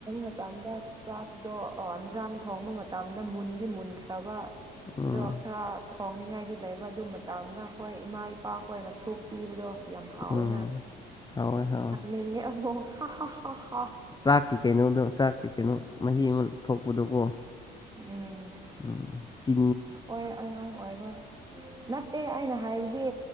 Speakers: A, on the right (about 20°); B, on the left (about 20°).
A: ꯃꯇꯝꯗ ꯆꯥꯛꯇꯣ ꯌꯦꯟꯁꯥꯡ ꯊꯣꯡꯕ ꯃꯇꯝꯗ ꯃꯨꯟꯗꯤ ꯃꯨꯟꯈ꯭ꯔꯕ
B: ꯎꯝ
A: ꯑꯗꯣ ꯑꯈ꯭ꯔ ꯊꯣꯡꯅꯤꯡꯉꯥꯏꯗꯤ ꯂꯩꯕ ꯑꯗꯨ ꯃꯇꯝꯗ ꯑꯩꯈꯣꯏ ꯏꯃꯥ ꯏꯄꯥꯈꯅ ꯁꯨ ꯄꯤꯕꯗꯣ ꯌꯥꯝ ꯍꯥꯎꯋꯦꯅ
B: ꯎꯝ ꯍꯥꯎꯋꯦ ꯍꯥꯎꯋꯦ
A: ꯊꯛꯅꯤꯡꯉꯦ ꯑꯃꯨꯛ ꯍ ꯍ ꯍꯣ
B: ꯆꯥꯛꯀꯤ ꯀꯩꯅꯣꯗꯣ ꯆꯥꯛꯀꯤ ꯀꯩꯅꯣ ꯃꯍꯤ ꯑꯃ ꯊꯣꯛ ꯄꯨꯗꯨꯀꯣ
A: ꯎ
B: ꯎꯝ ꯆ
A: ꯍꯣꯏ ꯑꯉꯥꯡ ꯑꯣꯏꯔꯣ ꯅꯠꯇꯦ ꯑꯩꯅ ꯍꯥꯏꯕꯗꯤ